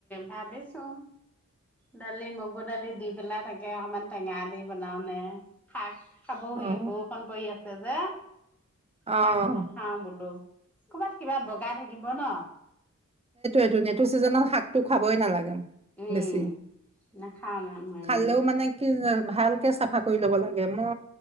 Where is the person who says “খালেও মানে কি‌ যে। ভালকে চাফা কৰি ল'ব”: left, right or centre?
Right